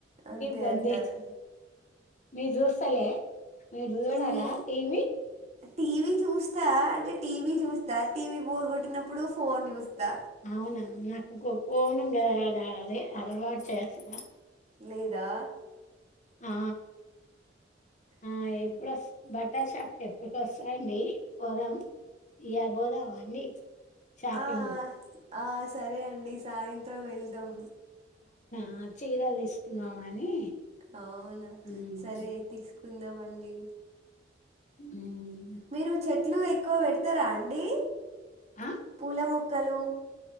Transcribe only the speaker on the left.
బందేసి
మీరు జు సాల మీ జుడారా
టీవి
అవునా నాకు ఫోన్ అది అలవాటు చేస్త
ఆ ఆ
ఎప్పుడు బట్ బట్టలషాప్కి ఎప్పుడు వస్తాండి పోదాం ఇబోదామా అండి షాపింగ్
ఆ చీరలు తీసుకుందాం అని
ఉమ్
ఉ
ఆ